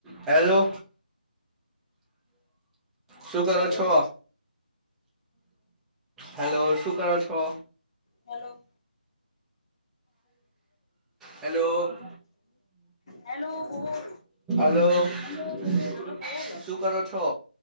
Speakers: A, in the centre; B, on the left.
A: Hello. શુ કરો
B: hello
A: છો? હેલો. શું કરો છો?
B: હલો.
A: હલો
B: હેલો બોલ
A: હલો. શું
B: હલો બોલ
A: કરો છો?